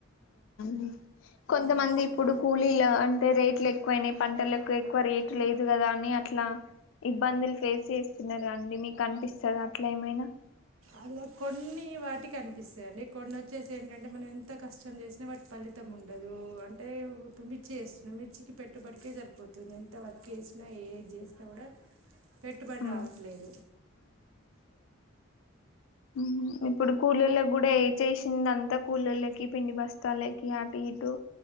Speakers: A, on the left; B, on the right.
A: అప్ కొంతమంది
B: అవునండి
A: ఇప్పుడు కూలీల రా అంటే రేట్లు ఎక్ ఎక్కువైనాయి పంటలకు ఎక్కువ రేటు లేదు కదా అని అట్లా ఇబ్బందులు ఫేస్ చేస్తున్నారు కదండి మీకు అనిపిస్తుంది అట్లా ఏమైనా
B: అలా కొన్ని మ్ వాటి సా అనిపిస్తదండి కొన్ని వచ్చసే ఏంటంటే మనం ఎంత కష్టం చేసినా వాటి ఫలి మొత్తం ఉండదు అంటే మిర్చి వేస్తున్నా మ్ మిర్చికి పెట్టుబడికే సరి గెంత వర్క్ చేసిన ఏ చేసినా కూడ పెట్టుబడి
A: ఆ
B: రావట్లేదు
A: ఉహుమ్ ఇప్పుడు కూలోళ్లకి కూడ ఏ చేసింది అంతా కూలోళ్ళకి పిండి బస్తాలకి అటు దు